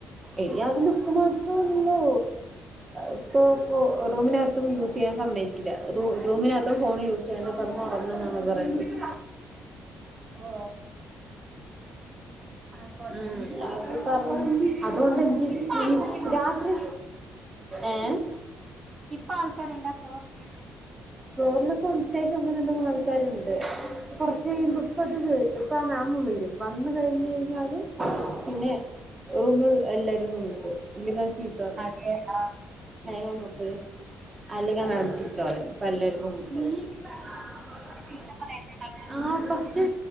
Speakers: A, on the right; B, on the right.
A: എടി അത് ലുക്ക്‌ മാത്രഉള്ളു ഇപ്പോ റൂമിനകത്തും യൂസ് ചെയ്യാൻ സമ്മയക്കില്ല റൂമിനകത്തും ഫോൺ യൂസ് ചെയ്യണ്ട കടന്ന് ഉറങ്ങു എന്നാ പറയുന്നേ <inaudible>
B: ഓ ആയിക്കോട്ടെ
A: ഉം അതൊക്കെ പറഞ്ഞു അതുകൊണ്ട് എനിക്ക്
B: ഇപ്പൊ ആൾക്കാരുണ്ട്
A: ഈ രാത്രി ഏഹ്
B: ഇപ്പൊ ആൾക്കാര്ണ്ടാ <unintelligible>
A: ഫ്ലോറിൽ ഇപ്പം അത്യാവശ്യം ഒന്ന് രണ്ട് മൂന്ന് ആൾക്കാരുണ്ട് കൊറച്ച് കഴിയുമ്പോ ഇപ്പത് വ് ഇപ്പാ മാമ് വെരും വന്ന് കഴിഞ്ഞ് കഴിഞ്ഞാല് പിന്നെ റൂമിലിൾ എല്ലാരേം ഇങ്ങ് വിളിക്കും ഇല്ലെങ്ക് അത് ചീത്ത പറയും
B: അതെ ആ
A: <unintelligible> അല്ലെങ്ക് ആ മാം ചീത്ത പറയും അപ്പ എല്ലരിക്കും വിളിക്കും
B: നീ
A: ആ
B: ചീത്ത <unintelligible> മാം
A: ആഹ് കൊറച്ച്